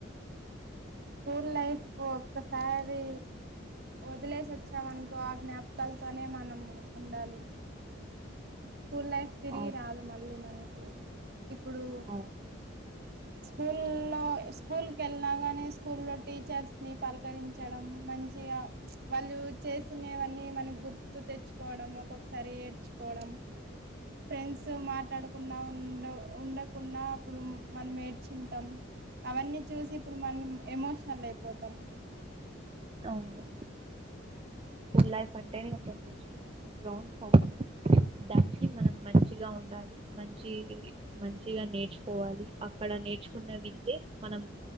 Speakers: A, on the right; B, on the right.
A: స్కూల్ లైఫ్ ఒక్కసారి వదిలేసి వచ్చామనుకో ఆ జ్ఞాపకాలతోనే మనం ఉండాలి స్కూల్ లైఫ్ తిరిగి
B: అవును
A: రాదు మళ్ళీ మన ఇప్పుడు
B: అవును
A: స్కూల్లో స్కూల్కెళ్ళినా కానీ స్కూల్లో టీచర్స్ ని పలకరించడం మంచిగా వాళ్ళు చేసినవన్నీ మనకి గుర్తు తెచ్చుకోవడం ఒక్కొక్కసారి ఏడ్చుకోవడం ఫ్రెండ్స్ మాట్లాడకుండా ఉండ ఉండకున్నా అప్పుడు మనం ఏడ్చింటాం అవన్నీ చూసి ఇప్పుడు మనం ఎమోషనల్ అయిపోతాం
B: అవును స్కూల్ లైఫ్ అంటేనే ఒక బెస్ట్ గ్రౌండ్ ఫౌండయ్ దానికి మనం మంచిగా ఉండాలి మంచి మంచిగా నేర్చుకోవాలి అక్కడ నేర్చుకున్న విద్యే మనం